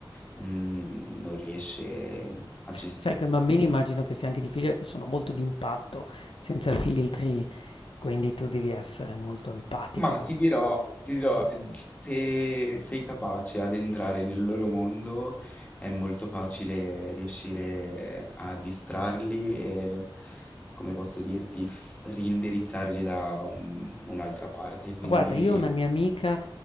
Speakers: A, on the left (about 15°); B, on the left (about 80°).
A: mhmm, non riesce a gestire
B: Sai, con i bambini immagino che sia anche difficile, perché sono molto d'impatto, senza filtri, quindi tu devi essere molto empatico.
A: Ma ti dirò, ti dirò, eh, se sei capace ad entrare nel loro mondo è molto facile riuscire a distrarli e, come posso dirti, f- reindirizzarli da un- un'altra parte. Quindi
B: Guarda, io ho una mia amica